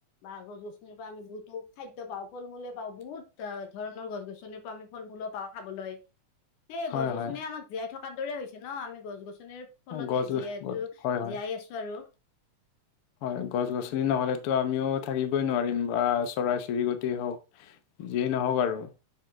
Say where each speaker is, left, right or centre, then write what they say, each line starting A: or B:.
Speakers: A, on the left (about 80°); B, on the left (about 65°).
A: বা গছ গছনিৰ পৰা আমি বহুতো খাদ্য পাওঁ ফল মূল। লৱা পাওঁ বহুত ধৰণৰ গছ গছনিৰ পৰা আমি ফল মূলো পাওঁ খাবলৈ। সেই
B: হয়
A: গছ গছনি
B: হয়
A: আমাক জীয়াই থকাৰ দৰে হৈছে ন আমি গছ গছনি। মানে ফলতে
B: গছ গছ
A: জিহেতটো
B: গছ হয় হয়
A: জীয়াই আছো আৰু
B: হয় গছ গছনি নহলেতো আমিও থাকিবই নোৱাৰিম বা চৰাই চিৰিকটেই হওক। যিয়েই নহওক আৰু,